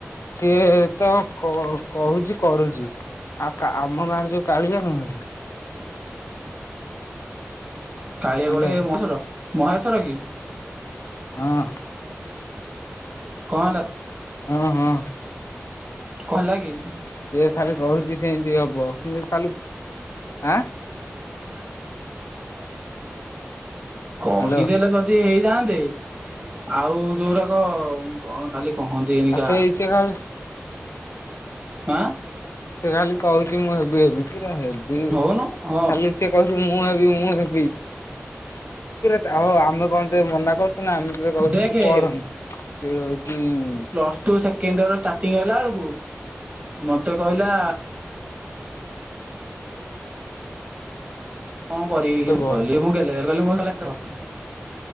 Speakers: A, on the left; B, on the right.
A: ସିଏ ତ କ-କହୁଚି କରୁଚି। ଆ- କା- ଆମ ଗାଁରେ ଯଉ କାଳିଆ ନୁହେଁ କି
B: କାଳିଆ
A: ହ୍ୟାଲୋ
B: କଉଟା ଏ-ମହେଶ୍ୱର -ମହେଶ୍ଵର କି?
A: ହଁ।
B: କଣ୍ ହେଲା?
A: ହଁ -ହଁ।
B: କଣ୍ ହେଲା କି?
A: ସିଏ ଖାଲି କହୁଚି ସେମିତି ହବ କିନ୍ତୁ ଖାଲି- ଆଁ-
B: ହଁ କହିଦେଲେ
A: ହ୍ୟାଲୋ
B: ଯଦି ହେଇଯାଆନ୍ତେ ଆଉ ଯଉ ଗୁଡ଼ାକ କଣ ଖାଲି କହନ୍ତି ଏନିକା
A: ଆ- ସେଇ ସେ ଖାଲ୍
B: ଆଁ-
A: ସେ ଖାଲି କହୁଚି ମୁଁ ହେବି ହେବି। କିରା ହେବି
B: ହଉନୁ ହଁ
A: -ଖାଲି ସିଏ କହୁଚି ମୁଁ ହେବି ମୁଁ ହେବି। ସେଥିରେ ଅ-ଆମେ କଣ ଯେ ମନା କରୁଚୁ ନା ଆମେ କହୁଚୁ
B: ଦେଖେ
A: ତୁ ପଢ଼ ନି ସେ ହଉଚି ଉଁ-
B: plus two second year starting ହେଲା ବେଳକୁ ମତେ କହିଲା କଣ କରିବି କିରେ
A: ତୁ ବ
B: କହିଲି ମୁଁ ଗେଲେରେ ଗେଲେରେ ମୁଁ କହିଲି କଲେକ୍ଟର୍।